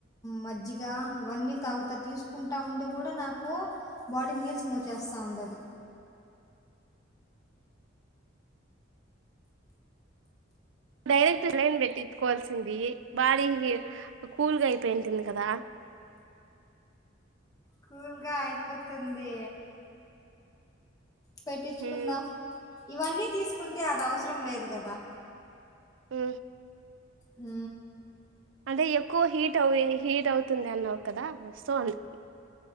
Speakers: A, on the left (about 20°); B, on the right (about 75°).
A: మజ్జిగ ఇవన్నీ తాగుతా తీసుకుంటా ఉండి కూడా నాకు బాడీ నీర్స్ మూవ చేస్తూ ఉండంది
B: అ డైరెక్ట్ లైన్ పెట్టించుకోవాల్సింది బాడీ కూల్గా అయిపోయింటంది కదా
A: కూల్గా అయిపోతు వతుంది పెట్టించుకుందాం
B: హ్మ్
A: ఇవన్నీ తీసుకుంటే అది అవసరం లేదు కదా
B: ఆ
A: హ
B: అదే ఎక్కువ హీట్ అవు హీట్ అవుతుంది అన్నావు కదా సో అందు